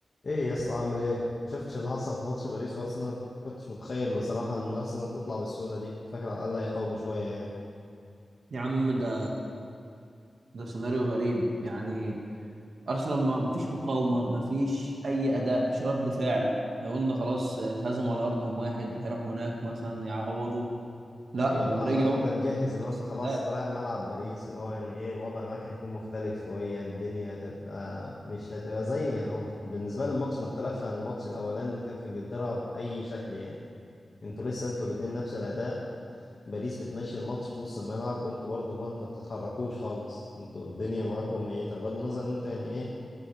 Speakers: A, on the left; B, on the right.
A: ايه يا اسطى عامل ايه ما شفتش اللي حصل في ماتش باريس وارسنال ما كنتش متخيل بصراحه ان ارسنال تطلع بالسهوله دي كنت فاكر على الاقل هيقاوموا شويه يعني
B: يا عم ده ده سيناريو غريب يعني ارسنال ما ما فيش مقاومه ما فيش اي اداء ما فيش رد فعل احنا قلنا خلاص اتهزموا على ارضهم واحد هيروحوا هناك مثلا يعوضوا لا
A: ايوه
B: دول
A: اللي هو على
B: رجعوا
A: الاقل انت مجهز اللي
B: نفس
A: هو انت خلاص
B: اداء
A: انت رايح ملعب باريس اللي هو يعني ايه الوضع معاك هيكون مختلف شويه الدنيا هتبقى مش هتبقى زي يعني هو مخت... بالنسبه لي الماتش ما اختلفش عن الماتش الاولاني اللي كان في انجلترا باي شكل يعني انتوا لسه انتوا الاثنين نفس الاداء باريس بتمشي الماتش في نص الملعب وانتوا برضه اللي هو انت بتتحركوش خالص انتوا الدنيا معاكم ميته بغض النظر ان انتوا يعني ايه